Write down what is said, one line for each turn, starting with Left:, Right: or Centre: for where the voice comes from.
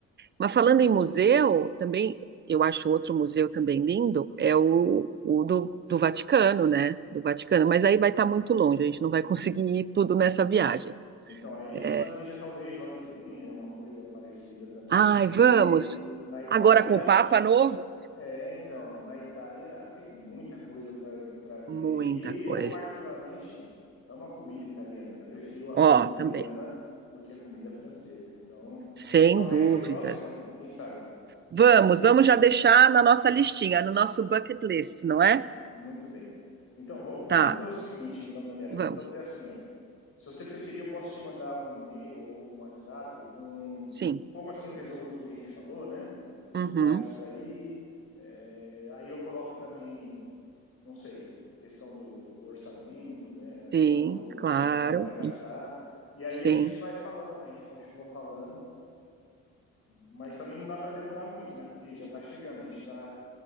Right: Mas
Left: sim.
Right: falando em museu, também eu acho outro museu também lindo, é o, o do, do Vaticano, né? Do Vaticano. Mas aí vai estar muito longe, a gente não vai conseguir ir tudo nessa viagem.
Left: Então, aí a gente
Right: É.
Left: planeja talvez o ano que vem, né, uma coisa parecida também,
Right: Ai,
Left: porque
Right: vamos!
Left: na Itália
Right: Agora com o Papa novo?
Left: É, então, na Itália tem muita coisa para para ver
Right: Muita
Left: e
Right: coisa.
Left: eu particularmente amo a comida italiana, né? Prefiro a
Right: Ó,
Left: comida italiana
Right: também,
Left: do que a comida francesa. Então,
Right: sem
Left: talvez
Right: dúvida.
Left: para o próximo, né? Quem sabe?
Right: Vamos, vamos já deixar na nossa listinha, no nosso bucket list, não é?
Left: Muito bem. Então, vou- vamos
Right: Tá,
Left: fazer o seguinte, então, Daniela,
Right: vamos.
Left: eu vou fazer assim, ó. Se você preferir, eu posso te mandar um e-mail ou um WhatsApp com
Right: Sim.
Left: um pouco assim o resumo do que a gente falou, né? Os
Right: Uhum.
Left: lugares para ir. É, aí eu coloco também não sei, questão do, do orçamento, né?
Right: Sim,
Left: Quanto,
Right: claro.
Left: quanto dá para gastar. E aí
Right: Sim.
Left: a gente vai falando, a gente continua falando, mas também não dá para demorar muito, né? Porque já está chegando, a gente está